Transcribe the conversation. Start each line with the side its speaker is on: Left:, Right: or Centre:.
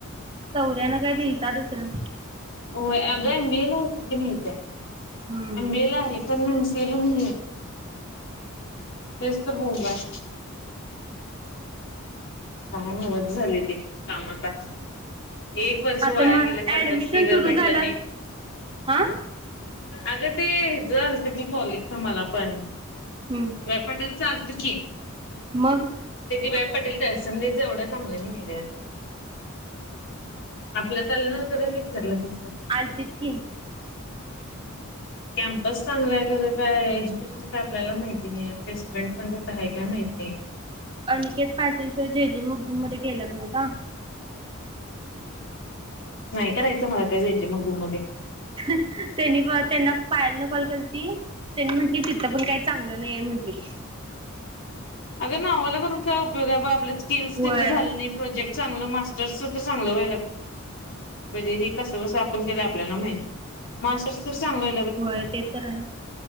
Right: सौर्यान काय दिलता दुसरं
Left: हो अग एमबीएला ला होत की माहित आहे
Right: हम्म
Left: एमबीएला आहे एमसीएला नाही आहे तेच तर बोंब आहे काय नव्हच झालय काम आता. एक वर्ष
Right: आता
Left: वाया
Right: मग
Left: गेल्यासारखंच
Right: ऍडमिशन
Left: कि जर
Right: सुरू
Left: भेटलं
Right: झाल्यास
Left: नाही?
Right: हा
Left: अगं ते हे ज आलत की कॉलेजच मला पण
Right: हम्म
Left: पटरी आलत की
Right: मग
Left: ते बा पटे. त्या संधीच एवढा चांगलं नाही्या आपल्यात आलं नव्हतं. सगळं तसं.
Right: आलतीत की
Left: कॅम्पस चांगला आहे खरं काय एज्युकेशन काय आपल्याला माहिती नाही आहे प्लेसमेंट म्हणय काय माहिती नाही आहे.
Right: अनिकेत पाटील तर जेजेमुगडूम मध्ये ग केलात म का.
Left: नाही करायचं मला त्या जे जे मगदूम रूम मध्ये.
Right: त्यांनी त्यांना पायल न कॉल करती त्यांनी म्हंटली तिथं पण काय? चांगलं नाहीे म्हंटली.
Left: अगं ना आम्हाला करून काय उपयोग आहे ब आपल्या स्किल्स
Right: होय
Left: तिथे झालं नाही. प्रोजेक्ट चांगलं मास्टर्सच तर चांगलं व्हायला. म्हणजे हे कसं कसं आपण केलं आपल्याला माहिती मास्र सर चांगलं
Right: होय ते तर आहे.